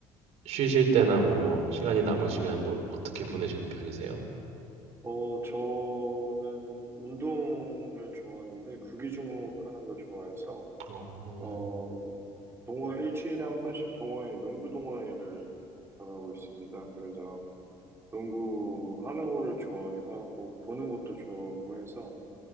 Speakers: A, on the right (about 65°); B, on the right (about 20°).
A: 쉬실 때나 뭐 시간이 남으시면 뭐 어떻게 보내시는 편이세요?
B: 어, 저는 운동을 좋아하는데 구기 종목 하는 걸 좋아해서
A: 어,
B: 어, 동호회 일주일에 한 번씩 동호회, 농구 동호회를 나가고 있습니다. 그래서 농구 하는 거를 좋아하기도 하고 보는 것도 좋아하고 해서